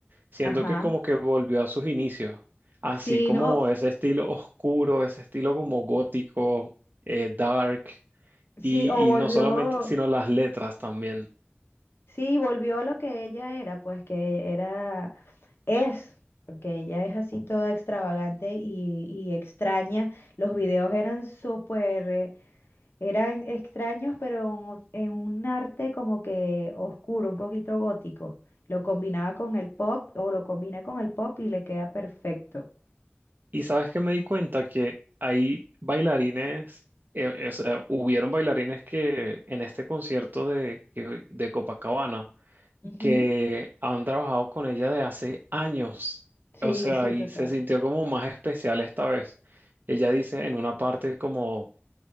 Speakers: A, on the right; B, on the left.
A: siento
B: Ajá.
A: que como que volvió a sus inicios, así
B: Sí,
A: como
B: no,
A: ese estilo oscuro, ese estilo como gótico, eh, dark,
B: sí,
A: y,
B: o volvió.
A: y no solamente, sino las letras también.
B: Sí, volvió a lo que ella era, pues que era, es, porque ella es así toda extravagante y, y extraña. Los videos eran súper, eh, eran extraños, pero en, o- en un arte como que oscuro, un poquito gótico. Lo combinaba con el pop o lo combina con el pop y le queda perfecto.
A: Y sabes que me di cuenta que hay bailarines, eh, o sea, hubieron bailarines que en este concierto de, que- de Copacabana,
B: Ujú.
A: que han trabajado con ella de hace años.
B: Sí,
A: O sea,
B: sí,
A: y
B: total.
A: se sintió como más especial esta vez. Ella dice en una parte como